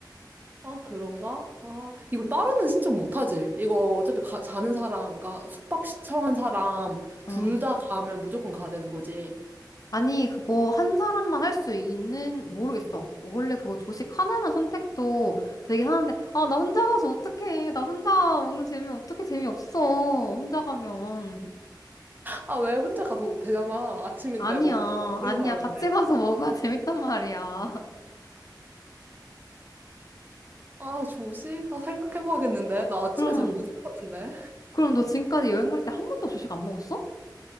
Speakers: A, on the right; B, on the left.
A: 아, 그런가? 아, 이거 따로는 신청 못하지? 이거 어차피 가, 자는 사람, 그러니까 숙박 시청한 사람
B: 어.
A: 둘 다 가면 무조건 가야 되는 거지.
B: 아니, 그거 한 사람만 할 수 있는, 모르겠어. 원래 그거 조식 하나만 선택도 되긴 하는데, 아, 나 혼자 가서 어떡해. 나 혼자 먹는 재미 어떻게 재미없어. 혼자 가면.
A: 아, 왜 혼자 가도 되잖아. 아침인데,
B: 아니야,
A: 뭐, 다 먹는
B: 아니야.
A: 사람인데.
B: 같이 가서 먹어야 재밌단 말이야. <laughs>
A: 아, 조식? 아, 생각해봐야겠는데. 나 아침에
B: 그럼,
A: 잘 못 일어났는데.
B: 그럼 너 지금까지 여행 갈 때 한 번도 조식 안 먹었어?